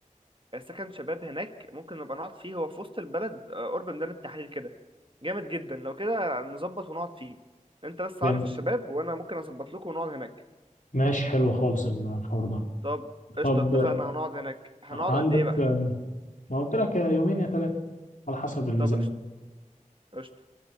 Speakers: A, on the right; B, on the left.
A: سكن شباب هناك ممكن نبقى نقعد فيه هو في وسط البلد آه، قرب ميدان التحرير كده جامد جدا لو كده نظبط ونقعد فيه انت بس
B: جميل
A: عرف الشباب وانا ممكن اظبط لكم ونقعد هناك
B: ماشي حلو خالص الحوار ده
A: طب قشطه
B: طب
A: اتفقنا هنقعد هناك هنقعد
B: عندك
A: قد ايه بقى
B: ما قلت لك يا يومين يا ثلاثة على حسب الميزانية
A: طب قشطه قشطه